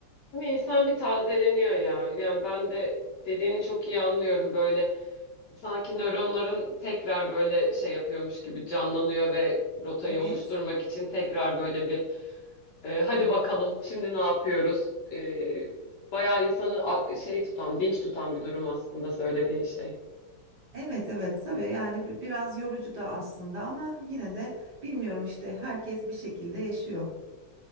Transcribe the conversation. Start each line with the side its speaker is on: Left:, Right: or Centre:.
Left: Ama insan bir tazeleniyor ya. Yani ben de dediğini çok iyi anlıyorum böyle. Sanki nöronların tekrar böyle şey yapıyormuş gibi canlanıyor ve rotayı
Right: Evet.
Left: oluşturmak için tekrar böyle bir e, hadi bakalım şimdi ne yapıyoruz? E, bayağı insanı a- şey tutan, dinç tutan bir durum aslında söylediğin şey.
Right: Evet evet tabii yani bi- biraz yorucu da aslında ama yine de bilmiyorum işte herkes bir şekilde yaşıyor.